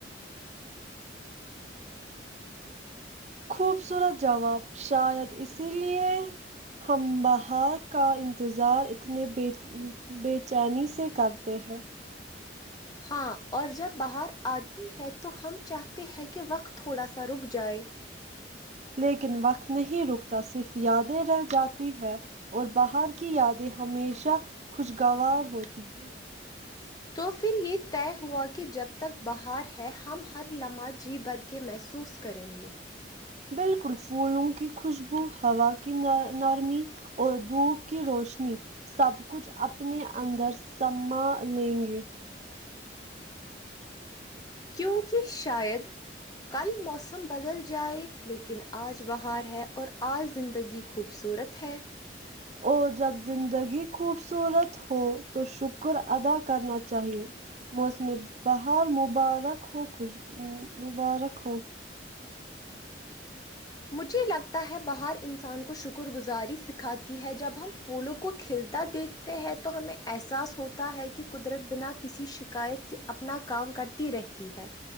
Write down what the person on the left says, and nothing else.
ہاں اور جب بہار آتی ہے تو ہم چاہتے ہیں کہ وقت تھوڑا سا رک جائے
تو پھر یہ طے ہوا کہ جب تک بہار ہے ہم ہر لمحہ جی بر کے کہ محسوس کریں گے
کیونکہ شاید کل موسم بدل جائے لیکن آج بہار ہے اور آج زندگی خوبصورت ہے
مجھے لگتا ہے بہار انسان کو شکر گزاری سکھاتی ہے جب ہم پھولوں کو کھل تا دیکھتے ہیں تو ہمیں احساس ہوتا ہے کہ قدرت بنا کسی شکایت کے اپنا کام کر کرتی رہتی ہے